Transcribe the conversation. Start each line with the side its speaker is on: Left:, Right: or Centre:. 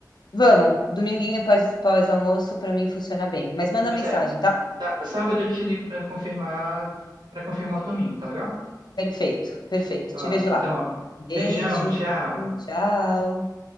Left: vamos, dominguinho pós, pós-almoço para mim funciona bem. Mas manda
Right: Pois
Left: mensagem,
Right: é,
Left: tá?
Right: tá, sábado eu te ligo pra confirmar para confirmar o domingo, tá legal?
Left: Perfeito, perfeito.
Right: Ó,
Left: Te vejo
Right: então,
Left: lá.
Right: ó,
Left: Beijo,
Right: beijão, tchau.
Left: tchau.